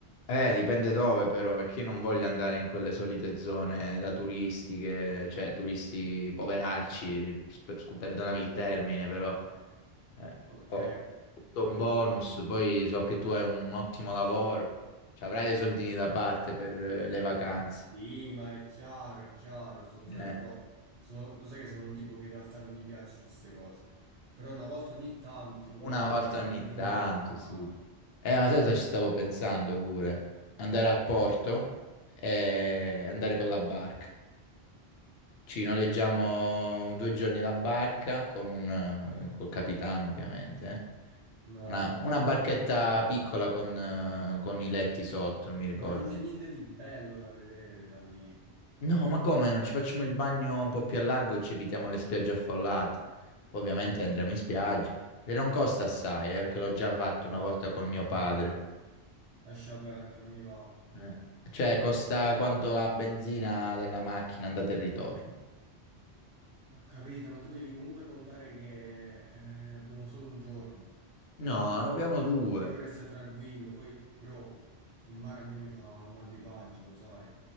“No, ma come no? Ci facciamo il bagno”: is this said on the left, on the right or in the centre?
Left